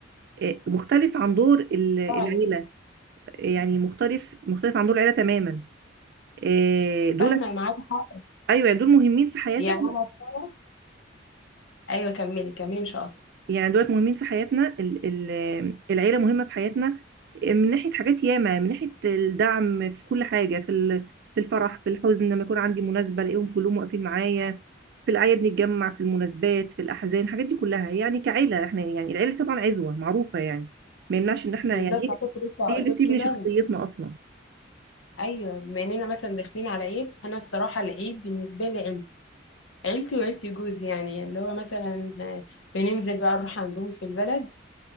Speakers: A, on the right; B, on the left.
A: آه، مختلف عن دور ال- العيله
B: فعلا
A: يعني مختلف مختلف عن دور العيله تماما آه، دولت
B: فاهمه معاك حق
A: ايوه يعني دول مهمين في حياتنا
B: يعني انا بصراحة- ايوه كملي كملي مش هقطع
A: يعني دولت مهمين في حياتنا ال- ال- العيله مهمه في حياتنا آه، من ناحيه حاجات ياما من ناحيه الدعم في كل حاجه في ال- في الفرح في الحزن لما يكون عندي مناسبه الاقيهم كلهم واقفين معايا في الأعياد نتجمع في المناسبات في الأحزان الحاجات دي كلها يعني كعيلة احنا يعني العيلة طبعا عزوة معروفة يعني ما يمنعش إن احنا
B: بالظبط
A: يعني هي
B: انا كنت لسه هقول
A: هي اللي بتبني
B: لك كده
A: شخصيتنا أصلا
B: ايوه بما اننا مثلا داخلين على عيد فانا الصراحه العيد بالنسبه لي عيلتي عيلتي وعيلتي جوزي يعني اللي هو مثلا بننزل بقى نروح عندهم في البلد